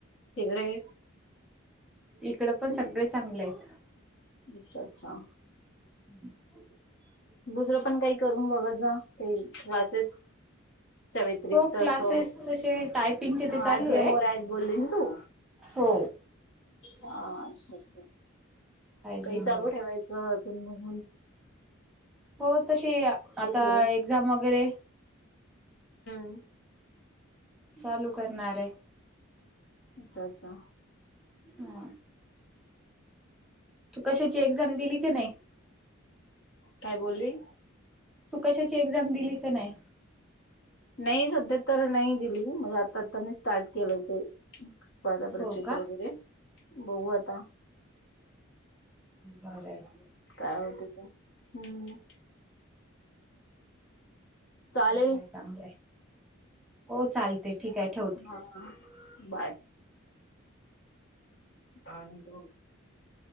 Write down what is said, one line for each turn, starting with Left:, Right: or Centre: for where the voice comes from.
Left: तिकडे?
Centre: इकड पण सगळे चांगले आहेत.
Left: अच्छा अच्छा
Centre: <unintelligible>
Left: दुसरं पण काही करून बघत जा क्लासेस याव्यतिरिक्त
Centre: हो
Left: असं
Centre: क्लासेस तसे टायपिंगचे ते चालू
Left: आजी
Centre: आहे
Left: म राज बोलली ना तू
Centre: हो
Left: हा अच्छा अच्छा
Centre: आयजीएम
Left: काही चालू
Centre: वर
Left: ठेवायचं अधून मधून?
Centre: हो तशी आता
Left: थोडं
Centre: एक्झाम वगैरे.
Left: हो
Centre: चालू करणार आहे.
Left: अच्छा अच्छा
Centre: ह तू कशाची एक्झाम दिली की नाही?
Left: काय बोलली
Centre: तू कशाची एक्झाम दिली का नाही?
Left: नाही सध्या तर नाही दिली म्हणजे आता आता मी स्टार्ट केलं ते. आता परीक्षेच
Centre: हो का
Left: वगैरे बघू आता.
Centre: बरंच
Left: कात हम्म <inaudible> चालेल
Centre: चांगलायं चांगलंय हो चालते. ठीक आहे ठेवते.
Left: हा बाय धान त <inaudible>